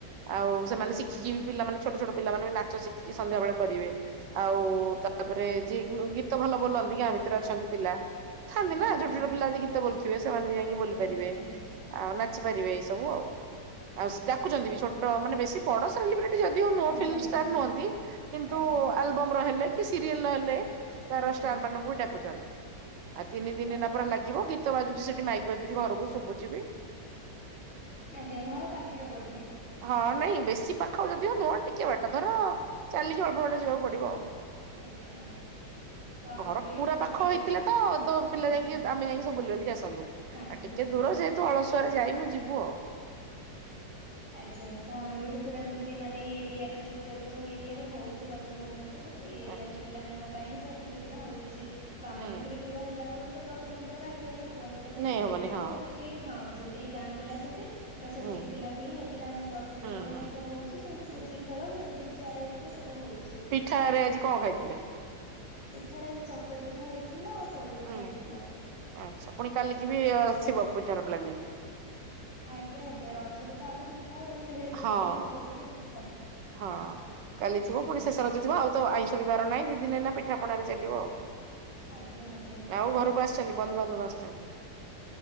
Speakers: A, on the right; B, on the left.
A: ଆଉ
B: ଆଜ୍ଞା
A: ସେମାନେ ଶିଖ କିିଏ ବି ପିଲାମାନେ ଛୋଟ ଛୋଟ ପିଲାମାନେ ବି ନାଚ ଶିିକି ସନ୍ଧ୍ୟାବେଳେ କରିବେ। ଆଉ ତାପରେ ଯିଏ ଗୀତ ଭଲ ବୋଲନ୍ତି ଗାଁ ଭିତରେ ଅଛନ୍ତି ପିଲା ଥାଆନ୍ତି
B: ଆଜ୍ଞା
A: ନା ଛୋଟ ଛୋଟ ପିଲା ଯଦି ଗୀତ ବୋଲୁଥିବେ ସେମାନେ ବି ଯାଇକି ବୋଲି
B: ଆଜ୍ଞା
A: ପାରିବେ।
B: ଆଜ୍ଞା
A: ଆଉ ନାଚିପାରିବେ ଏଇ ସବୁ ଆଉ, ଆଉ ଡକୁଛନ୍ତି ବି ଛୋଟ ମାନେ ବେଶୀ ବଡ ସେଲିବ୍ରେ ଯଦି ନୁହଁ
B: ଆଜ୍ଞା
A: ଫିଲ୍ମଷ୍ଟାର
B: ଆଜ୍ଞା
A: ନୁହନ୍ତି କିନ୍ତୁ
B: ଆଜ୍ଞା
A: ଆଲବମ ର ହେଲେ କି ସିରିଏଲ ର ହେଲେ ତାର
B: ଆଜ୍ଞା
A: ଷ୍ଟାର ମାନଙ୍କୁ ବି ଡାକୁଛନ୍ତି ଆଉ ତିନି ଦିନ
B: ଆଜ୍ଞା
A: ଏଇନା ନାଚିବ ଗୀତ ବାଜୁଛି ସେଠି ମାଇକ ବାଜୁଛି ଘରକୁ ଶୁଭୁଛିି ବି।
B: ଆଜ୍ଞା ଘର ପାଖରେ ବୋଧେ?
A: ହଁ ନାଇଁ ବେଶୀ ପାଖ ଯଦିଓ ନୁହଁ ଟିକେ ବାଟ ଧର ଚାଲିକି ଅଳ୍ପ ବାଟ ଯିବାକୁ ପଡିବ ଆଉ।
B: ଆଜ୍ଞା। ତ ଆମର
A: ଘର
B: ବି ଏଇଠି
A: ପୁରା
B: ସେମିତି
A: ପାଖ ହେଇଥିଲେ ତ ତୋ
B: ଆଜ୍ଞା
A: ପିଲା ଯାଇକି ଆମେ ଯାଇକି ସବୁ ବୁଲି ବାଲିକି ଆସନ୍ତୁ।
B: ଆଜ୍ଞା।
A: ଆଉ ଟିକେ
B: ଆଜ୍ଞା
A: ଦୂର ଯେହେତୁ ଅଳସୁଆରେ ଯାଇନୁ ଯିବୁ ଆଉ।
B: ଆଜ୍ଞା ତ ଆରୋଡ଼ି ପୁରା ଯେମତି ତି ମାନେ ଏଇ ଏରିଆର ଯେତକ ଯୋଉ ଏରିଆରେ ହଉଛି ରଜ ମହୋତ୍ସବଟା ତ ସେଇ ଏରିଆ
A: ଆଚ୍ଛା
B: ର ପିଲାଙ୍କ ପାଇଁ ହିଁ ପ୍ର ପ୍ରତିଯୋଗିତା ହଉଛି। ତ ଆମର
A: ହୁଁ
B: ଟିକେ ଦୂର ହେଲା ବେଳକୁ ତ ପ୍ରତିଯୋଗିତାରେ ଭାଗ ନେଇ ହବନି ତ ସେଇ
A: ନେଇ ହବନି
B: ଏରିଆରେ
A: ହଁ
B: ଯେତି କି ହଁ ଯେତିକି ଗାଁ ପିଲା ସେଠି ତ ସେତିକି
A: ହୁଁ
B: ପିଲାଙ୍କୁ ହିଁ ନେଇକି ତାଙ୍କର ପ୍ରତିଯୋଗିତା
A: ହୁଁ ହୁଁ।
B: ହେରିକା ହଉଛି। ସେମିତି ପୁଚି ଖେଳ ମ୍ୟୁଜିକ୍ ଚେୟାର ହେରିକା ସବୁ ହଉଛି।
A: ପିଠାରେ ଆଜି କଣ ଖାଇଥିଲେ?
B: ପିଠାରେ ଆଜି ଚକୁଳି ପିଠା ହେଇଥିଲା ଆଉ ପୋଡ ପିଠା
A: ହୁଁ।
B: ହେଇଥିଲା।
A: ଆଚ୍ଛା ପୁଣି କାଲିକି ବି ଥିବ ପିଠାର ପ୍ଲାନିଂ।
B: ଆଜ୍ଞା ଆଜ୍ଞା ରଜ ଜରେ ତ ଆଗ ପିଠା ଆଉ ସେ ଯେତେ
A: ହଁ।
B: ଦିନ ହଉ ପଛକେ ସେ ପିଠା
A: ହଁ। କାଲି
B: ଆଜ୍ଞା।
A: ଥିବ ପୁଣି ଶେଷ ରଜ ଥିବ ଆଉ ତ ଆଇଁଷ ବି ବାର ନାହିଁ ଦି ଦିନ ହେଲା ପିଠା ପଣାରେ ଚାଲିବ ଆଉ।
B: ଆଜ୍ଞା ଆଜ୍ଞା
A: ଆଉ ଘରକୁ ଆସିଛନ୍ତି ବନ୍ଧୁବାନ୍ଧବ ଆସିଛନ୍ତି?